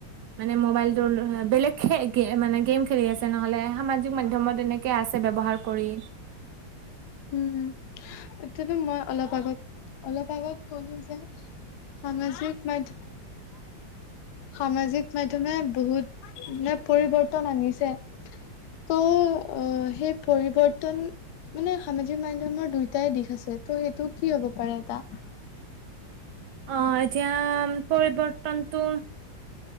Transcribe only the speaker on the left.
উম, উম। এতিয়াতো মই অলপ আগত, অলপ আগত ক'লো যে সামাজিক মাধ্য সামাজিক মাধ্যমে বহুত, মানে পৰিৱৰ্তন আনিছে। ত' অ', সেই পৰিৱৰ্তন মানে সামাজিক মাধ্যমৰ দুইটাই দিশ আছে, ত' সেইটো কি হ'ব পাৰে এটা?